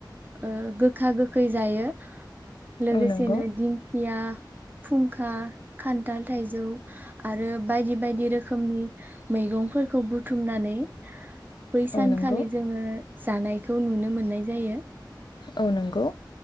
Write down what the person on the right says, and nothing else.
ओ गोखा गोख खै जायो। लोगोसेनो
दिंखिया फुंखा खान्थाल थाइजौ आरो बायदि बायदि रोखोमनि मैगंफोरखौ बुथुमनानै बै
सानखालि
जोङो जानायखौ नुनो मोननाय जायो।